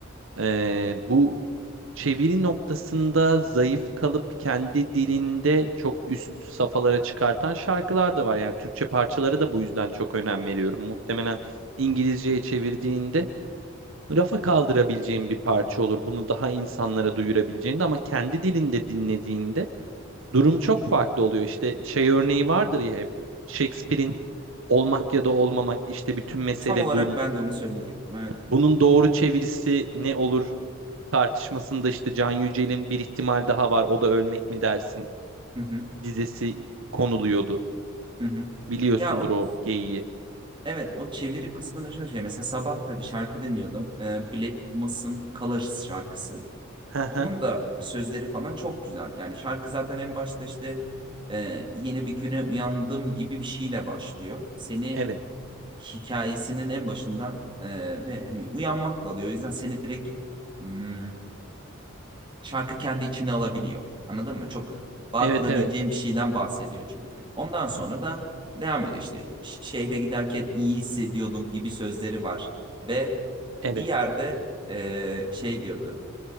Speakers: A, on the right; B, on the right.
A: Ee, bu çeviri noktasında zayıf kalıp kendi dilinde çok üst safhalara çıkartan şarkılar da var. Yani Türkçe parçalara da bu yüzden çok önem veriyorum. Muhtemelen İngilizceye çevirdiğinde rafa kaldırabileceğin bir parça olur. Bunu daha insanlara duyurabileceğinde ama kendi dilinde dinlediğinde durum çok farklı oluyor. İşte şey örneği vardır ya hep Shakespeare'in olmak ya da olmamak işte bütün mesele
B: Tam olarak
A: bu.
B: ben de onu söyleyecektim. Evet.
A: Bunun doğru çevirisi ne olur? tartışmasında işte Can Yücel'in bir ihtimal daha var o da ölmek mi dersin
B: Hı hı.
A: dizesi konuluyordu.
B: Hı hı.
A: Biliyorsundur
B: Ya o
A: o geyiği.
B: evet o çeviri kısmında şöyle şey mesela sabah da bir şarkı dinliyordum. Ee, Black Pumas'ın Colors şarkısı.
A: Hı hı.
B: Onun da sözleri falan çok güzel. Yani şarkı zaten en başta işte e, yeni bir güne uyandım gibi bir şeyle başlıyor. Seni
A: Evet.
B: hikayesinin en başından e, ve hani uyanmakla alıyor. O yüzden seni direkt hmm, şarkı kendi içine alabiliyor. Anladın mı? Çok bağ
A: Evet
B: kurabileceğim
A: evet.
B: bir şeyden bahsediyor çünkü. Ondan sonra da devam ediyor işte Ş- şehre giderken iyi hissediyordum gibi sözleri var. Ve
A: Evet.
B: bir yerde eee, şey diyordu